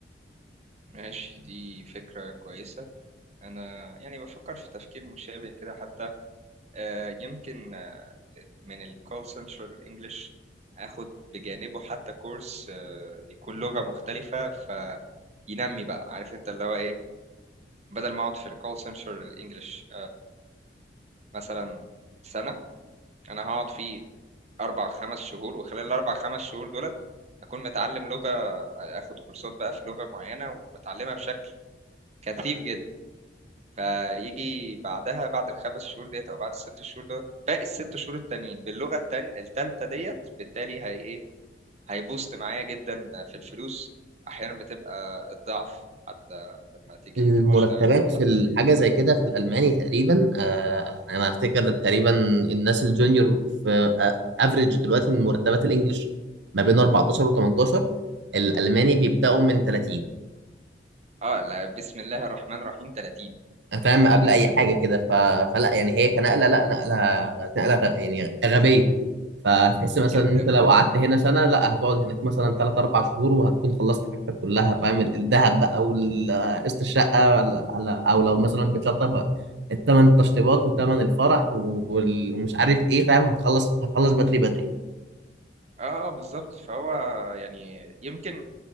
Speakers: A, on the right; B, on the right.
A: ماشي دي فكرة كويسة أنا يعني بفكر في تفكير مشابه كده حتى آه، يمكن من الكول سنترال انجلش اخد بجانبه حتى كورس آه، يكون لغة مختلفة فينمي بقى عارف انت اللي هو ايه بدل ما اقعد في الكول سنترال انجلش مثلا سنة انا هقعد فيه اربع خمس شهور وخلال الاربع خمس شهور دولت اكون متعلم لغة اخد كورسات بقى في لغة معينة واتعلمها بشكل كثيف جدا فيجي بعدها بعد الخمس شهور ديت او بعد الست شهور ديت باقي الست شهور التانيين باللغة التان- التالتة ديت بالتالي هي إيه؟ هيبوست معايا جدا في الفلوس احيانا بتبقى الضعف حتى لما تيجي
B: المرتبات
A: ت- تشتغلها حتى
B: في الحاجة زي كده في الألماني تقريبا آه أنا أفتكر تقريبا الناس الجونيور في أفريج دلوقتي من مرتبات الإنجليش ما بين 14 و 18 الألماني بيبدأوا من 30
A: اه لا بسم الله الرحمن الرحيم 30 انت
B: فاهم
A: واخد
B: قبل
A: بالك
B: أي حاجة كده ف... فلا يعني هي كنقلة لا نقلة نقلة غ... يعني غبية فتحس مثلا
A: جدا
B: ان انت لو قعدت هنا سنه لا هتقعد هناك مثلا 3 4 شهور وهتكون خلصت حاجتك كلها فاهم الذهب بقى وقسط الشقه ولا على او لو مثلا بتلطف الثمن التشطيبات وثمن الفرح و- وال- ومش عارف ايه فاهم هتخلص هتخلص بدري بدري
A: اه بالظبط فهو يعني يمكن